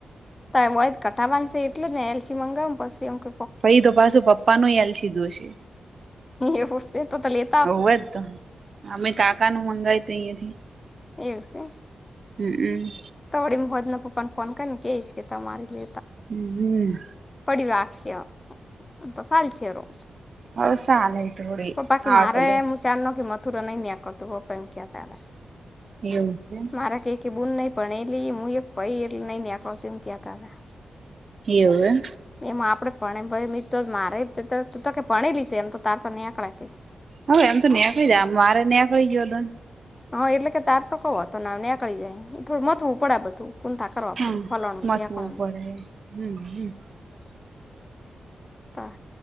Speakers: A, on the left; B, on the right.
A: તા ઓય ત કઢાવાન શે એટલે જ ને એલસી મંગાવુન પસી એમ ક
B: પહી તો પાશુ પપ્પાનુંય એલસી જોશે
A: એવુ શે, તો તો લે
B: હોવે જ તો, અમે કાકાનું મંગાયુ તું એથી
A: એવુ શે.
B: હમ્મ-
A: તો અવડી મુ હોજના પપ્પાન ફોન કરીને કેશ કે તમારુ જે
B: હમ્મ
A: પડયુ રાખક્ષે અ, તો સાલ સે રો.
B: હવ, સાલે એ તો વડી.
A: પપ્પા કે
B: હા,
A: મારે
B: કદા
A: હું ચારનો કે મથુરા નઈ નેકળતું, પપ્પા ઈમ કેતા તા
B: એવુ શે એમ
A: મારા કઈકે બૂન નઈ ભણેલી, મુય પહી એટલે નઈ નેકળતું ઈમ કેતા તા
B: એવું એમ
A: એમ આપડે ભણેમ ભઈ મી તો મારે તું તો તું તો કે ભણેલી શે એમ, તો તાર તો ને <unintelligible> કે -
B: હોવે, એમ તો નેકળી જાય મારે નેકળી ગયું તુન.
A: હન, એટલે કે તાર તો કોઈ વોધો ના આવે નેકળી જાય, થોડું મથવું પડે બધુ ફંદા કરવા
B: હમ
A: પડે ફલોનું ન
B: મથવું
A: ઢેકણું.
B: પડે હમ હમ
A: તા